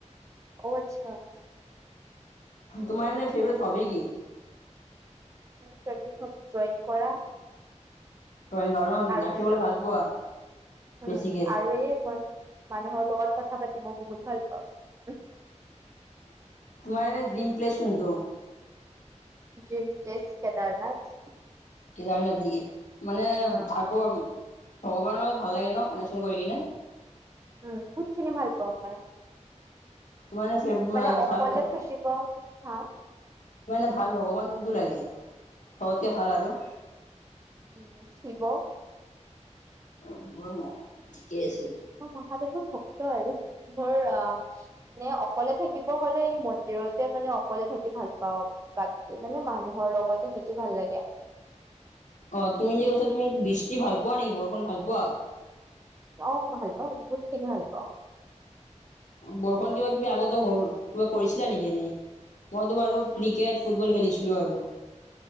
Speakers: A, on the right (about 25°); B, on the left (about 80°).
A: অ' আচ্ছা।
B: তোমাৰ এনে ফেভৰেট হবি কি?
A: মোৰ ফেভৰেট হবি ড্ৰয়িং কৰা।
B: ড্ৰয়িং কৰা ন,
A: আৰু
B: আঁকিবলে
A: এইটো
B: ভাল পোৱা?
A: উম'
B: বেছিকে?
A: আৰু এই মই মানুহৰ লগত কথা পাতি মই বহুত ভাল পাওঁ।
B: তোমাৰ এনে ড্ৰীম প্লেছ কোনটো?
A: Dream place Kedarnath.
B: কেদাৰনাথ নেকি, মানে
A: অ
B: ঠাকো। ভগৱানৰ লগত ভাল লাগে ন' কানেকশ্যন কৰি কিনে?
A: উম' বহুত খিনি ভাল পাওঁ মই।
B: তোমাৰ এনে ফেভ
A: মানে অকলে
B: ভাল
A: থাকিব, হা?
B: তোমাৰ এনে ভাল ভগৱান কোনটো লাগে, চবতকে ভাল আৰু?
A: উম শিব,
B: <unintelligible> থিকে আছে।
A: মই মহাদেৱৰ ভক্ত আৰু মোৰ আহ, মানে অকলে থাকিব হলে মন্দিৰতে মানে অকলে থাকি ভাল পাও, বাকী মানে মানুহৰ লগতে থাকি ভাল লাগে।
B: অহ তুমি যে কৈছা তুমি বৃষ্টি ভাল পোৱা নেকি বৰষুণ ভাল পোৱা।
A: অহ ভাল পাওঁ বহুত খিনি ভাল পাওঁ।
B: বৰষুণত কিবা কিবি আগতে হল কিবা কৰিছিলা নেকি এনেই, মইতো বাৰু ক্ৰিকেট ফুটবল খেলিছিলো আৰু